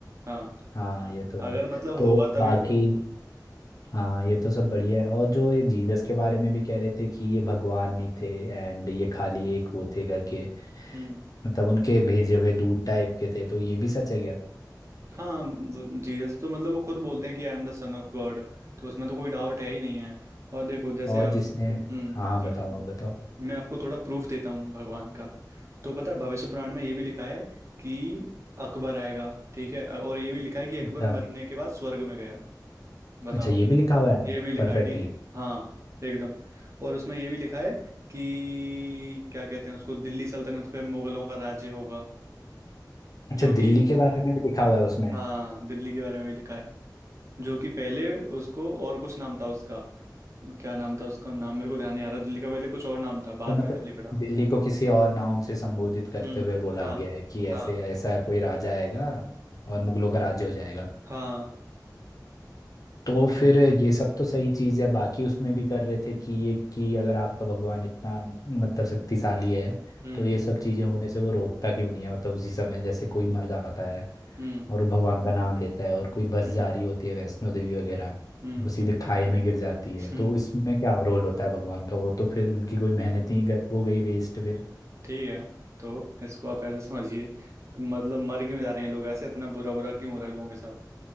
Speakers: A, on the right; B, on the left.
A: हाँ
B: हाँ ये तो
A: अगर
B: है
A: मतलब
B: तो
A: होगा तभी
B: बाकी
A: तो
B: हाँ ये तो सब बढ़िया है और जो ये जीसस के बारे में भी कह रहे थे कि ये भगवान नहीं थे एंड ये खाली एक वो थे करके
A: हम्म
B: मतलब उनके भेजे हुए दूत टाइप के थे तो ये भी सच है क्या
A: हाँ जीसस तो मतलब वो खुद बोलते हैं कि I am the son of God तो उसमें तो कोई डाउट है ही नहीं है और देखो जैसे
B: और
A: आप
B: जिसने
A: हम्म
B: हाँ हाँ
A: क्या
B: बताओ आप बताओ
A: मैं आपको थोड़ा प्रूफ देता हूँ भगवान का तो पता है भविष्य पुराण में ये भी लिखा है कि अकबर आएगा ठीक है और ये भी लिखा है कि अकबर
B: अच्छा
A: मरने के बाद स्वर्ग में गया बताओ
B: अच्छा ये भी लिखा हुआ है
A: ये भी लिखा
B: परफेक्टली
A: है कि हाँ एकदम और उसमें ये भी लिखा है कि क्या कहते हैं उसको दिल्ली सल्तनत पे मुगलों का राज्य होगा
B: अच्छा
A: जो
B: दिल्ली
A: कि
B: के बारे में भी लिखा हुआ है उसमें
A: हाँ दिल्ली के बारे में भी लिखा है जो कि पहले उसको और कुछ नाम था उसका क्या नाम था उसका नाम मेरे को ध्यान नहीं आ रहा दिल्ली का पहले कुछ और नाम था बाद
B: तो मतलब
A: में दिल्ली
B: और
A: पड़ा
B: दिल्ली को किसी और नाउन से संबोधित करते
A: हम्म
B: हुए बोला
A: हाँ
B: गया है कि ऐसे
A: हाँ
B: ऐसा कोई राजा आएगा और मुगलों का राज्य हो जाएगा
A: हाँ
B: तो फिर ये सब तो सही चीज़ है बाकी उसमें भी कर रहे थे कि ये कि अगर आपका भगवान इतना मतलब शक्तिशाली है
A: हम्म
B: तो ये सब चीज़ें होने से वो रोकता क्यों नहीं है मतलब उसी समय जैसे कोई मर जाता है
A: हम्म
B: और वो भगवान का नाम लेता है और कोई बस
A: हम्म
B: जा रही होती है वैष्णो देवी वगैरह
A: हम्म
B: वो सीधे खाई में गिर जाती है तो
A: हम्म,
B: इसमें क्या रोल होता है भगवान का वो तो फिर उनकी कोई मेहनत ही गब- वो गई वेस्ट फिर
A: ठीक है तो इसको आप ऐसे समझिए कि मतलब मर क्यों जा रहे हैं लोग ऐसे इतना बुरा बुरा क्यों हो रहा है लोगों के साथ